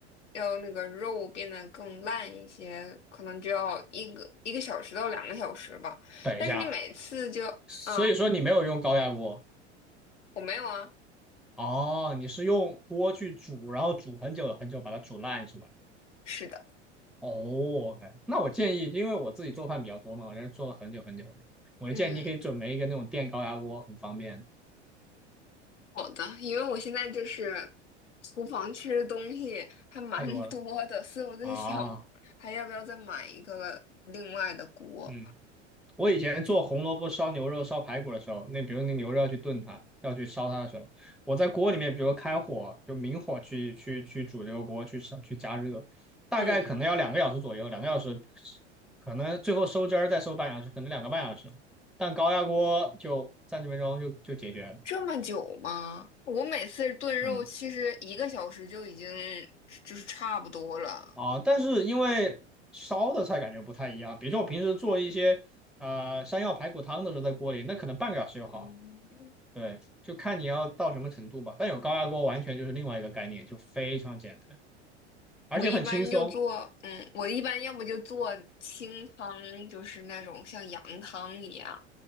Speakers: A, on the left (about 80°); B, in the centre.
A: 要那个肉变得更烂一些，可能就要一个一个小时到两个小时吧。
B: 等一下，
A: 但是你每次就，
B: 所以说你没有用高压锅
A: 啊，我没有啊，
B: 哦，你是用锅去煮，然后煮很久很久把它煮烂是吧？
A: 是的，
B: 哦，OK，那我建议，因为我自己做饭比较多嘛，我在这做了很久很久，我就建议你可以准备一个那种电高压锅，
A: 嗯，
B: 很方便，
A: 好的，因为我现在就是厨房其实东西还蛮多的，
B: 太多了。
A: 所以我在想还要不要再买一个另外的锅，
B: 啊，嗯，我以前做红萝卜烧牛肉、烧排骨的时候，那比如那牛肉要去炖它，要去烧它的时候，我在锅里面，比如开火，就明火去去去煮这个锅，去烧去加热，大概可能要两个小时左右，
A: 嗯。
B: 两个小时，可能最后收汁儿再收半小时，可能两个半小时，但高压锅就三十分钟就就解决了。
A: 这么久吗？我每次炖肉其实一个小时就已经
B: 嗯。
A: 就是差不多了。
B: 啊，但是因为烧的菜感觉不太一样，比如说我平时做一些呃山药排骨汤的时候，在锅里那可能半个小时就好了。
A: 嗯
B: 对，就看你要到什么程度吧。但有高压锅完全就是另外一个概念，就非常简单，而且很轻松
A: 我一般就做，嗯，我一般要不就做清汤，就是那种像羊汤一样，